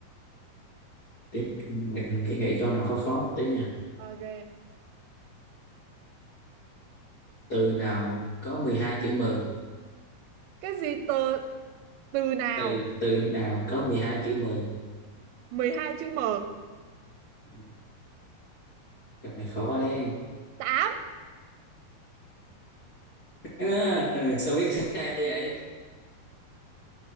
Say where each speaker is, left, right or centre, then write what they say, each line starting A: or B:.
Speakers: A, on the left; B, on the right.
A: Tí mình nghĩ nghĩ câu nào khó khó một tí nha.
B: ok
A: Từ nào có 12 chữ M?
B: cái gì tờ từ nào
A: Từ từ nào có 12 chữ M?
B: mười hai chữ m
A: Ừ, Câu này khó đấy.
B: tám
A: <laughs> À, sao biết sai hay vậy?